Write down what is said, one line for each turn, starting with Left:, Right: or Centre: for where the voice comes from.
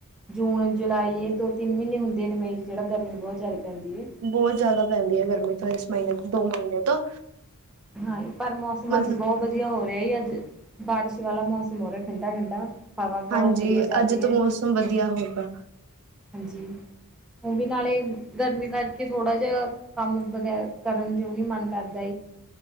Centre: ਜੂਨ, ਜੁਲਾਈ ਇਹ ਦੋ -ਤਿੰਨ ਮਹੀਨੇ ਹੁੰਦੇ ਨੇ ਮਈ 'ਚ ਜਿਹੜਾ ਗਰਮੀ ਬਹੁਤ ਜ਼ਿਆਦਾ ਪੈਂਦੀ ਹੈ
Right: ਬਹੁਤ ਜ਼ਿਆਦਾ ਪੈਂਦੀ ਹੈ ਗਰਮੀ ਤੋਂ ਇਸ ਮਹੀਨੇ, ਦੋ ਮਹੀਨੇ ਤੋਂ
Centre: ਹਾਂ, ਪਰ ਮੌਸਮ
Right: ਮਤਲਬ
Centre: ਅੱਜ ਬਹੁਤ ਵਧੀਆ ਹੋ ਰਿਹਾ ਅੱਜ, ਬਾਰਿਸ਼ ਵਾਲਾ ਮੌਸਮ ਮੋਹਰੇ ਠੰਡਾ- ਠੰਡਾ, ਹਵਾ ਬਹੁਤ
Right: ਹਾਂਜੀ
Centre: ਵਧੀਆ ਜਾ
Right: ਅੱਜ
Centre: ਰਹੀ
Right: ਤੋਂ
Centre: ਹੈ
Right: ਮੌਸਮ ਵਧੀਆ ਹੋਊਗਾ
Centre: ਹਾਂਜੀ, ਉਹ ਵੀ ਨਾਲੇ, ਗਰਮੀ ਕਰਕੇ ਥੋੜ੍ਹਾ ਜਿਹਾ ਕੰਮ ਵਗੈ ਕਰਨ ਜੋ ਨੀ ਮਨ ਕਰਦਾ,